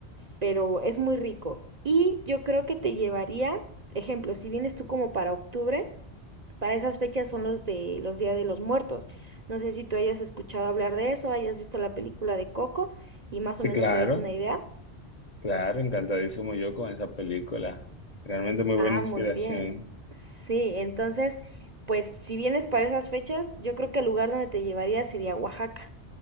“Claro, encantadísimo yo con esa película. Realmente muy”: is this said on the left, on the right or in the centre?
Left